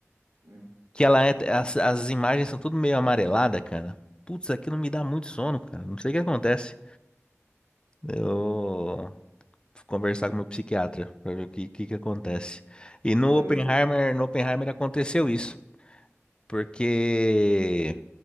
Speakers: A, on the right; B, on the left.
A: É.
B: que ela é, as, as imagens são tudo meio amarelada, cara. Putz, aquilo me dá muito sono, cara. Não sei o que acontece. Eu vou conversar com meu psiquiatra pra ver o que, que que acontece. E no
A: Não,
B: Oppenheimer,
A: mas é,
B: no Oppenheimer aconteceu isso, porque